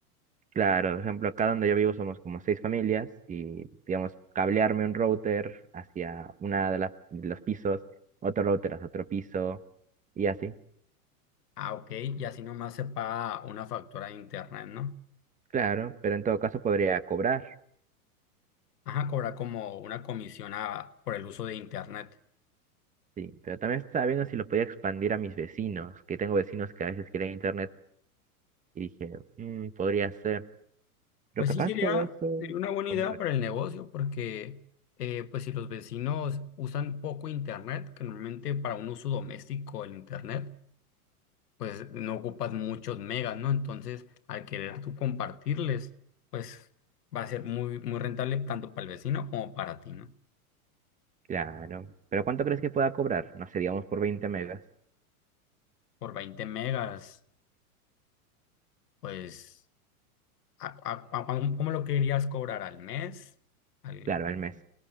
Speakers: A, on the right (about 15°); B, on the left (about 85°).
A: Claro, por ejemplo, acá donde yo vivo somos como seis familias y, digamos, cablearme un router hacia una de las, de los pisos, otro router hacia otro piso y así.
B: ah, ok, y así nomás se paga una factura de internet, ¿no?
A: Claro, pero en todo caso podría cobrar,
B: Ajá, cobrar como una comisión a- por el uso de Internet.
A: sí. Pero también estaba viendo si lo podía expandir a mis vecinos, que tengo vecinos que a veces quieren internet Y dije, "Mm, podría ser, pero
B: Pues
A: capaz
B: sí, sería,
A: todo eso
B: sería una buena
A: conmigo.
B: idea para el negocio, porque eh, pues si los vecinos usan poco Internet, que normalmente para un uso doméstico el Internet, pues no ocupas muchos megas, ¿no? Entonces, al querer tú compartirles, pues va a ser muy, muy rentable tanto para el vecino como para ti, ¿no?
A: Claro, pero ¿cuánto crees que pueda cobrar? No sé, digamos por 20 megas.
B: Por 20 megas, pues, a- a- a- ¿cómo lo querías cobrar al mes? Al,
A: Claro, al mes.